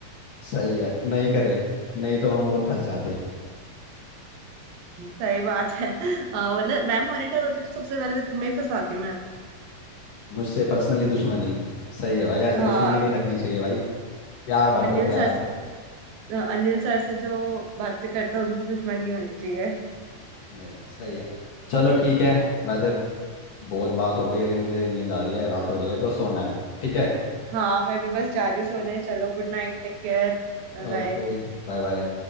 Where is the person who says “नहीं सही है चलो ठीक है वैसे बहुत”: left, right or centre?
Left